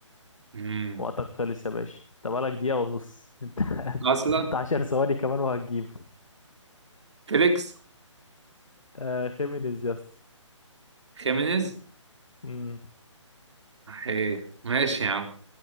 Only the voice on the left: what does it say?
وقتك خلص يا باشا انت بقالك دقيقة ونص انت <laughs>
انت عشر ثواني كمان وهتجيبه
آه خيمينيز يا اسطى
امم